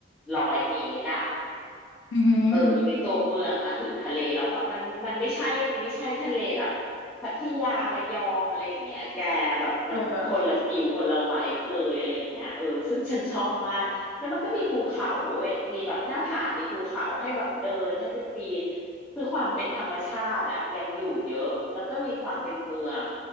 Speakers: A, in the centre; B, on the left.
A: ร้อยเมตรอะ
B: อือหือ
A: เออในตัวเมืองมาถึงทะเลแล้วแบบมันมันไม่ใช่มันไม่ใช่ทะเลแบบพัทยาระยองอะไรอย่างเงี้ยแกแบบมันคนละฟิลคนละไวบ์เลยอะไรอย่างเงี้ยเออซึ่งฉันชอบมากแล้วมันก็มีภูเขาเว้ยมีแบบหน้าผามีภูเขาให้แบบเดินให้ไปปีน
B: เออ
A: คือความเป็นธรรมชาติอะยังอยู่เยอะแล้วก็มีความเป็นเมือง